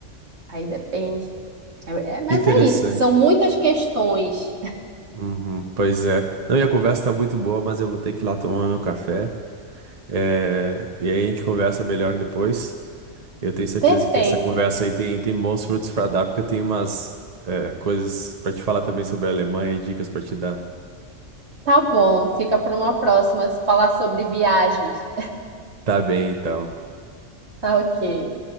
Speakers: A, on the right; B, on the right.
A: Aí depende. É, é, mas
B: Que Interessante.
A: é isso. São muitas questões.
B: Uhum, pois é. Não, e a conversa tá muito boa, mas eu vou ter que ir lá tomar meu café. É... E aí a gente conversa melhor depois. Eu
A: <laughs>
B: tenho certeza
A: Perfeito.
B: que essa conversa aí tem, tem bons frutos para dar, porque eu tenho umas eh, coisas para te falar também sobre a Alemanha, dicas para te dar.
A: Tá bom. Fica para uma próxima falar sobre viagens.
B: Tá bem, então.
A: Tá ok.